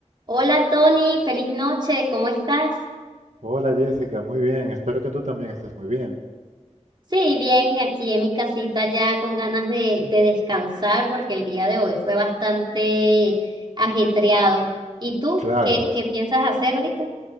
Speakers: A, on the right; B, on the right.
A: Hola Tony, feliz noche, ¿cómo estás?
B: Hola Jessica, muy bien. Espero que tú también estés muy bien.
A: Sí, bien, aquí en mi casita ya con ganas de, de descansar porque el día de hoy fue bastante ajetreado. ¿Y tú
B: Claro.
A: qué, qué piensas hacer ahorita?